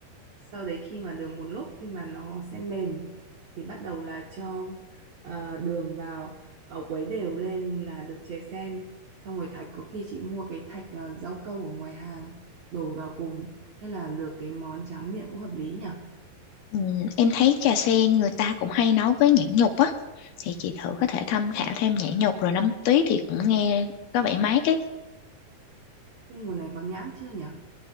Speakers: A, on the right (about 65°); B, on the left (about 75°).
A: sau đấy khi mà được một lúc khi mà nó sẽ mềm thì bắt đầu là cho à, đường vào ở quấy đều lên là được chè sen xong rồi thạch có khi chị mua cái thạch à, rau câu ở ngoài hàng đổ vào cùng thế là được cái món tráng miệng cũng hợp lý nhỉ
B: Ừm, em thấy trà sen người ta cũng hay nấu với nhãn nhục á thì chị thử có thể tham khảo thêm nhãn nhục rồi nấm tuyết thì cũng nghe có vẻ mát ấy
A: Nhưng mùa này có nhãn chưa nhỉ?